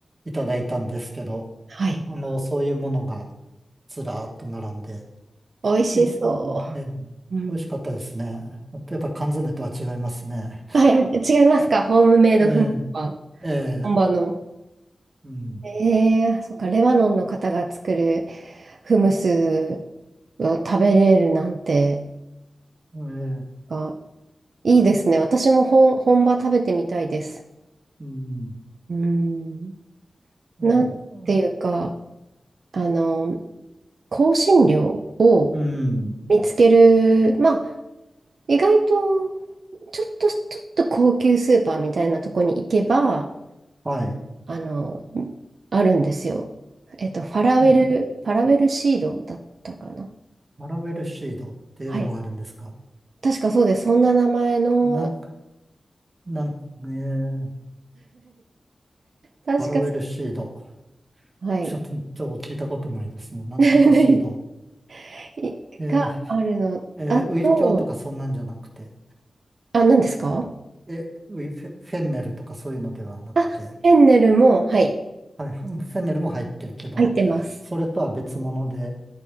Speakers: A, on the right (about 30°); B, on the right (about 70°).
A: いただいたんですけど、
B: はい。
A: うんあの、そういうものがずらーっと並んで、
B: 美味しそ
A: いうんね、
B: う。うん。
A: 美味しかったですね。やっぱ缶詰とは違いますね。
B: はい。違いますかホームメイドフムスは、
A: ええ、ええ、
B: 本場の。
A: うん、
B: ええそっか、レバノンの方が作るフムスを食べれるなんて。
A: ええ、
B: か、いいですね。私も本、本場食べてみたいです。
A: うん、
B: うん。
A: ええ、
B: なんていうか、あの、香辛料を
A: うん、
B: 見つける、まあ、意外と、ちょっと、ちょっと高級スーパーみたいなとこに行けば、
A: はい。
B: あの、あるんですよ。えっと、ファラウェル、
A: うん
B: ファラウェルシードだったかな。
A: ファラウェルシードっていうのがあるんですか
B: はい。確かそうです。そんな名前の、
A: なんか、なんか、ええ、
B: <laughs> 確か、
A: ファラウェルシード。
B: はい。
A: ちょっと、ちょっと聞いたことないですね。なんとかシード。
B: <laughs> いがあるの。
A: ええ、ええ、
B: あと、
A: ウイキョウとかそんなんじゃなくて。
B: あ、何ですか
A: うんえ、ウィフェ、フェンネルとかそういうのではなくて、
B: あ、フェンネルも、はい、
A: はい、フェンネルも入ってるけど、
B: 入ってます。
A: それとは別物で、